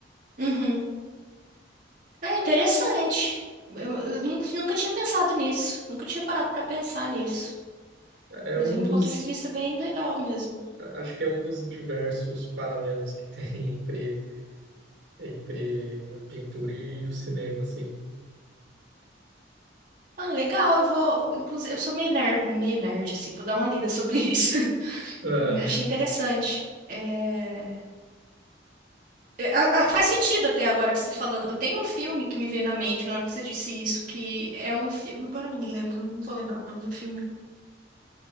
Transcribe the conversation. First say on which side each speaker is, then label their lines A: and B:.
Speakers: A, on the right; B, on the right.
A: Uhum. É interessante. Eu, eu nunca, nunca tinha pensado nisso. Nunca tinha parado para pensar nisso.
B: É
A: Mas
B: é um
A: é um
B: dos,
A: ponto de vista bem legal mesmo.
B: a- acho que é um dos diversos paralelos que tem <laughs> entre, entre a pintura e o cinema, assim.
A: Ah, legal. Eu vou, vou- inclusive, eu sou meio nerd, meio nerd assim. Vou dar uma lida sobre isso. <laughs>
B: Aham.
A: Achei interessante. É, É, a- a- Faz sentido até agora que você está falando. Tem um filme que me veio na mente na hora que você disse isso, que é um filme. Agora eu não me lembro, não vou lembrar o nome do filme.